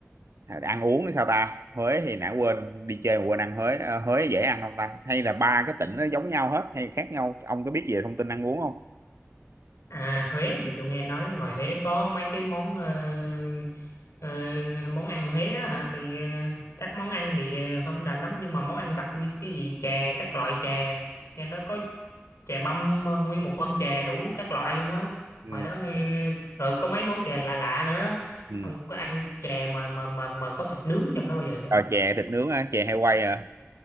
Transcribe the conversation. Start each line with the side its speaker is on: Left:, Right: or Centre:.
Right: ăn uống thì sao ta Huế thì nãy quên đi chơi mà quên ăn Huế Ờ, Huế dễ ăn không ta hay là ba cái tỉnh nó giống nhau hết hay khác nhau ông có biết về thông tin ăn uống không
Left: À Huế thì tôi nghe nói ngoài Huế có mấy cái món ờ, ờ, món ăn Huế á hả thì ờ, các món ăn thì ờ, không rành lắm nhưng mà món ăn vặt như cái gì chè các loại chè nghe nói có chè mâm ờ, nguyên một mâm chè đủ các loại luôn á
Right: ừ.
Left: ngoài đó ờ, rồi có mấy món chè lạ lạ nữa đó
Right: Ừ.
Left: ông có ăn chè mà mà mà mà có thịt nướng trong đó bao giờ chưa
Right: rồi chè thịt nướng á chè hay quay à